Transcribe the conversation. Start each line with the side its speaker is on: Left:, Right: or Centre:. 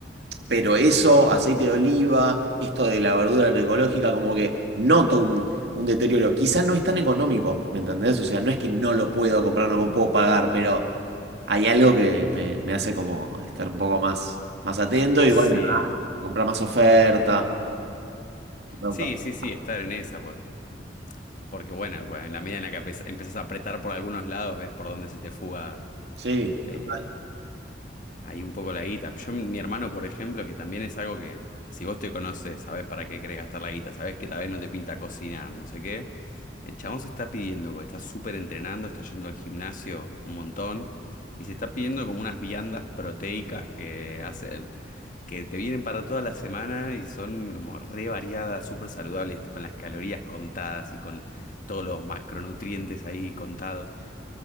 Right: pero eso, aceite de oliva, esto de la verdura agroecológica, como que noto un, un deterioro. Quizás no es tan económico, ¿me entendés? O sea, no es que no lo puedo comprar, no lo puedo pagar, pero hay algo que me, me hace como estar un poco más, más atento y
Left: sí,
Right: bueno, nada, comprar más oferta, comprar
Left: sí,
Right: un café.
Left: sí, sí, estar en esa, pues. Porque, bueno, en, cua- en la medida en la que empe- empezás a apretar por algunos lados, ves por dónde se te fuga
Right: Sí,
Left: eh,
Right: total.
Left: Ahí un poco la guita. Yo, mi hermano, por ejemplo, que también es algo que, si vos te conoces, sabés para qué querés gastar la guita, sabés que tal vez no te pinta cocinar, no sé qué. El chabón se está pidiendo, porque está súper entrenando, está yendo al gimnasio un montón, y se está pidiendo como unas viandas proteicas que hacen, que te vienen para toda la semana y son como re variadas, súper saludables, con las calorías contadas y con todos los macronutrientes ahí contados